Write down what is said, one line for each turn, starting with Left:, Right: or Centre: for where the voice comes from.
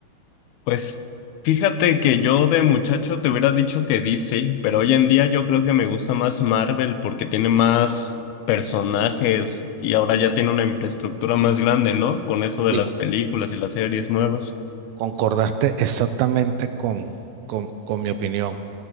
Left: Pues fíjate que yo de muchacho te hubiera dicho que DC, pero hoy en día yo creo que me gusta más Marvel porque tiene más personajes y ahora ya tiene una infraestructura más grande, ¿no? Con eso de
Right: Y
Left: las películas y las series nuevas.
Right: concordaste exactamente con, con, con mi opinión.